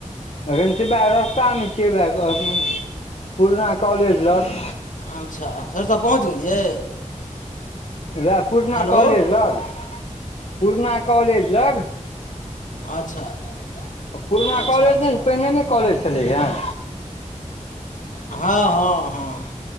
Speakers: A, on the left; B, on the left.
A: एखन से वएह रस्तामे छियै वएह पुरना कॉलेज लग
B: अच्छा सरिसा पहुँच गेलियै?
A: र पुरना
B: हेलो
A: कॉलेज लग पुरना कॉलेज लग
B: अच्छा <unintelligible>
A: पुरना
B: अच्छा
A: कॉलेज
B: अच्छा
A: नहि, पहिने नहि कॉलेज छलैएे
B: हँ-हँ हँ